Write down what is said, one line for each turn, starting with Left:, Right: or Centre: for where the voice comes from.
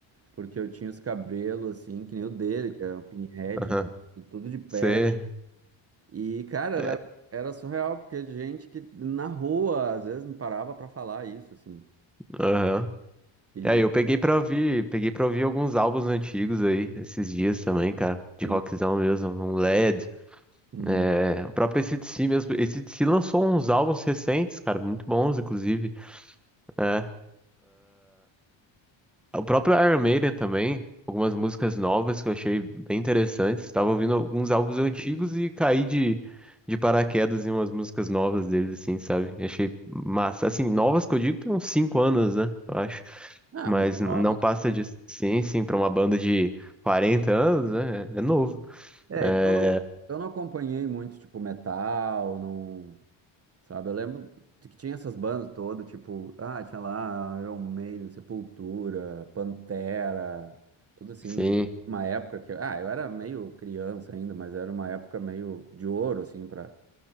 Right: porque eu tinha os cabelos assim, que nem o dele, que é um pinhead,
Centre: Aham.
Right: né? Tudo de pé.
Centre: Você...
Right: E, cara, era,
Centre: é,
Right: era surreal, porque gente que na rua às vezes me parava pra falar isso, assim.
Centre: Aham.
Right: E,
Centre: É, eu peguei pra ouvir, peguei pra ouvir alguns álbuns antigos aí, esses dias também, cara. De
Right: sim.
Centre: rockzão mesmo, um LED.
Right: Uhum.
Centre: É... O próprio AC/DC mesmo. AC/DC lançou uns álbuns recentes, cara, muito bons, inclusive. É. O próprio Iron Maiden também, algumas músicas novas que eu achei bem interessantes. Estava ouvindo alguns álbuns antigos e caí de, de paraquedas em umas músicas novas deles, assim, sabe? Achei massa. Assim, novas que eu digo tem uns cinco anos, né? Eu acho.
Right: Ah,
Centre: Mas
Right: mas é nova,
Centre: n- não passa de sim, sim, para uma banda de 40 anos, né? É é novo.
Right: né?
Centre: É,
Right: É que eu É. não, eu não acompanhei muito, tipo, metal, não. Sabe, eu lembro que tinha essas bandas todas, tipo, ah, tinha lá Iron Maiden, Sepultura, Pantera, tudo assim.
Centre: sim,
Right: Uma época que, ah, eu era meio criança ainda, mas era uma época meio de ouro, assim, pra,